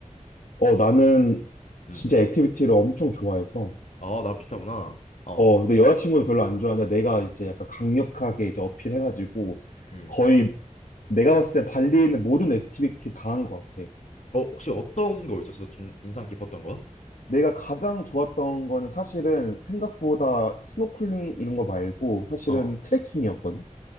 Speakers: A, on the left (about 80°); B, on the left (about 60°).
A: 어, 나는
B: 응.
A: 진짜 액티비티를 엄청 좋아해서.
B: 아, 나랑 비슷하구나. 어,
A: 어, 근데 여자친구는 별로 안 좋아하는데 내가 이제 약간 강력하게 이제 어필해가지고
B: 응.
A: 거의 내가 봤을 때 발리에 있는 모든 액티비티 다 한 것 같아.
B: 어, 혹시 어떤 거 있었어? 좀 인상 깊었던 거?
A: 내가 가장 좋았던 거는 사실은 생각보다 스노클링 이런 거 말고 사실은
B: 어,
A: 트레킹이었거든.